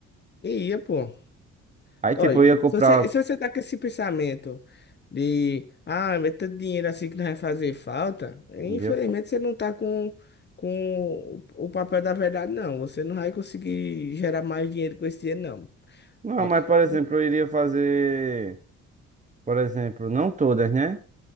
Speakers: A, on the left (about 35°); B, on the right (about 25°).
A: E ia, pô.
B: Aí, tipo,
A: Olha,
B: eu
A: se
B: ia comprar.
A: você, se você tá com esse pensamento de, ah, mas tanto dinheiro assim que não vai fazer falta, infelizmente
B: não ia fa-
A: você não tá com, com o o papel da verdade, não. Você não vai conseguir gerar mais dinheiro com esse dinheiro, não.
B: Não,
A: Ó,
B: mas, por exemplo,
A: e-
B: eu iria fazer. Por exemplo, não todas, né?